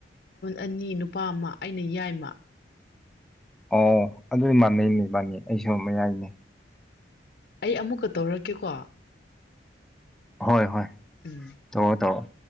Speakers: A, on the left; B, in the centre.
A: ꯑꯅꯤ ꯅꯨꯄꯥ ꯑꯃ ꯑꯩꯅ ꯌꯥꯏꯃ
B: ꯑꯣ ꯑꯗꯨꯗꯤ ꯃꯥꯟꯅꯩꯅꯦ ꯏꯕꯥꯅꯤ ꯑꯩꯁꯨ ꯃꯌꯥꯏꯅꯦ
A: ꯑꯩ ꯑꯃꯨꯛꯀ ꯇꯧꯔꯛꯀꯦꯀꯣ
B: ꯍꯣꯏ ꯍꯣꯏ
A: ꯎꯝ
B: ꯇꯧꯔꯣ ꯇꯧꯔꯣ